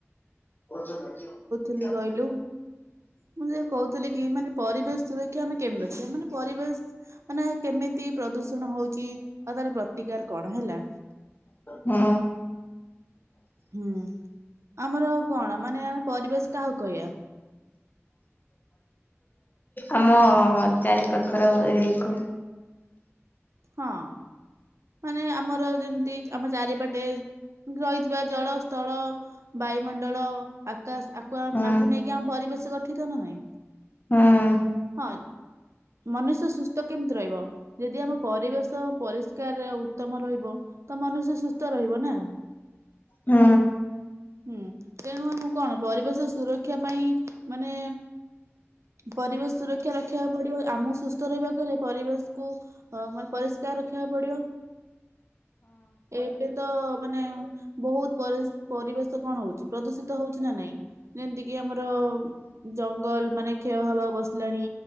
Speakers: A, on the left (about 40°); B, on the right (about 75°).
A: <unintelligible>
B: ଲି କହିଲୁ ମୁଁ ଯଉଁ କହୁଥିଲି କି ମାନେ ପରିବେଶ ସୁରକ୍ଷା ଆମେ କେମି ରଖିବା ମାନେ ପରିବେଶ ମାନେ କେମିତି ପ୍ରଦୂଷଣ ହଉଛି ଆଉ ତାର ପ୍ରତିକାର କଣ ହେଲା?
A: ହୁଁ।
B: ହୁଁ ଆମର କଣ ମାନେ ଆମେ ପରିବେଶ କାହାକୁ କହିବା?
A: ଆମ ଚାରି ପାଖର ଏରିଆ କୁ
B: ହଁ ମାନେ ଆମର ଯେମିତି ଆମ ଚାରିପଟେ ରହିଥିବା ଜଳ ସ୍ଥଳ ବାୟୁମଣ୍ଡଳ ଆକାଶ ଆମ
A: ହୁଁ
B: ଆକୁ ନେଇକି ଆମ ପରିବେଶ ଗଠିତ ନା ନାଇଁ
A: ହୁଁ ହୁଁ।
B: ହଁ ମନୁଷ୍ୟ ସୁସ୍ଥ କେମିତି ରହିବ ଯଦି ଆମ ପରିବେଶ ତ ପରିଷ୍କାର ଉତ୍ତମ ରହିବ ତ ମନୁଷ୍ୟ ସୁସ୍ଥ ରହିବ ନା
A: ହଁ ହଁ
B: ହୁଁ ତେଣୁ ଆମକୁ କଣ ପରିବେଶ ସୁରକ୍ଷା ପାଇଁ ମାନେ ପରିବେଶ ସୁରକ୍ଷା ରଖିବାକୁ ପଡିବ ଆମକୁ ସୁସ୍ଥ ରହିବାକୁ ହେଲେ ପରିବେଶକୁ ଆମର ପରିଷ୍କାର ରଖିବା ପଡିବ। ବ ଏବେ ତ ମାନେ ବହୁତ ପରିବେଶ କଣ ହଉଛି ପ୍ରଦୂଷିତ ହଉଛି ନା ନାଇଁ ଯେମିତିକି ଆମର ଜଙ୍ଗଲ ମାନେ କ୍ଷୟ ହବା ବସିଲାଣି